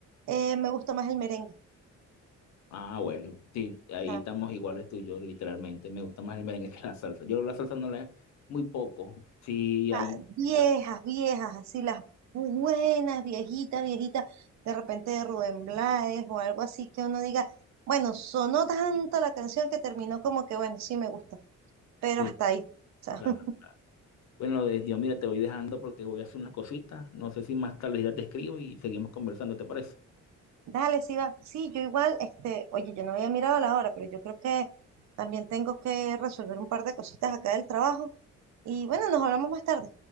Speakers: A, on the right (about 65°); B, on the left (about 65°).
A: Eh, me gusta más el merengue, o
B: Ah, bueno, sí, ahí
A: sea,
B: estamos iguales tú y yo, literalmente. Me gusta más el merengue <laughs> que la salsa. Yo la salsa no la, muy poco. Sí, hay
A: ah, viejas,
B: música.
A: viejas, así las buenas, viejitas, viejitas, de repente de Rubén Blades o algo así que uno diga, bueno, sonó tanto la canción que terminó como que, bueno, sí me gusta. pero
B: Sí,
A: hasta ahí. O sea,
B: claro.
A: <laughs>
B: Bueno, Dios, mira, te voy dejando porque voy a hacer unas cositas. No sé si más tarde ya te escribo y seguimos conversando, ¿te parece?
A: dale, sí va. Sí, yo igual, este, oye, yo no había mirado la hora, pero yo creo que también tengo que resolver un par de cositas acá del trabajo. Y bueno, nos hablamos más tarde.